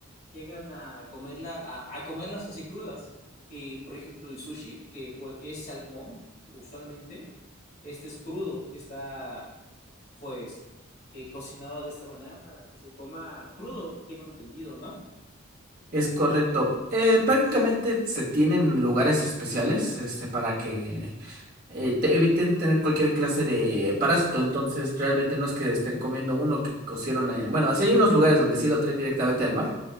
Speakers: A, on the left; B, on the right.
A: llegan a comerla, a, a comerlas así crudas. Y por ejemplo, el sushi, que pues, es salmón, usualmente, este es crudo, está pues eh, cocinado de esta manera para que se coma crudo, tengo entendido, ¿no?
B: Es correcto. Eh, prácticamente se tienen lugares especiales este, para que eh, te eviten tener cualquier clase de parásito. Entonces, realmente no es que estén comiendo uno que cocieron. eh, Bueno, así hay unos lugares donde sí lo traen directamente del mar.